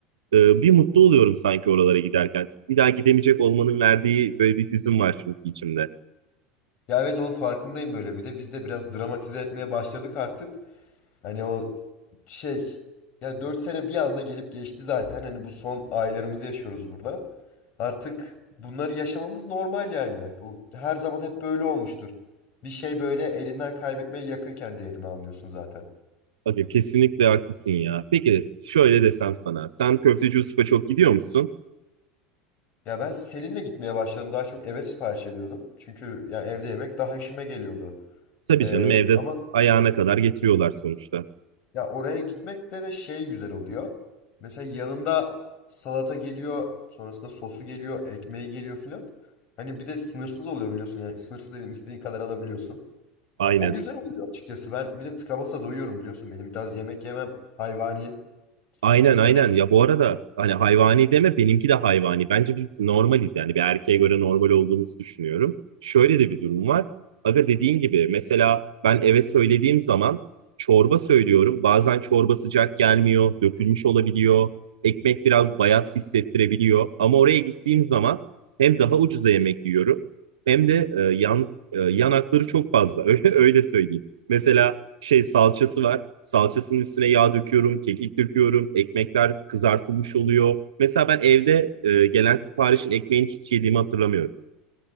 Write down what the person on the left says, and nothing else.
Ya evet onun farkındayım böyle bir de biz de biraz dramatize etmeye başladık artık. Hani o şey ya 4 sene bir anda gelip geçti zaten. Hani bu son aylarımızı yaşıyoruz burada. Artık bunları yaşamamız normal yani. Bu her zaman hep böyle olmuştur. Bir şey böyle elinden kaybetmeye yakınken değerini anlıyorsun zaten.
Ya ben Selin'le gitmeye başladım. Daha çok eve sipariş ediyordum. Çünkü ya evde yemek daha işime geliyordu.
Ee,
ama
Ya oraya gitmek de de şey güzel oluyor. Mesela yanında salata geliyor, sonrasında sosu geliyor, ekmeği geliyor filan. Hani bir de sınırsız oluyor biliyorsun. Yani sınırsız dedim istediğin kadar alabiliyorsun.
Ya o güzel oluyor açıkçası. Ben bir de tıka basa doyuyorum biliyorsun. Benim biraz yemek yemem hayvani.
Böyle
aşırı.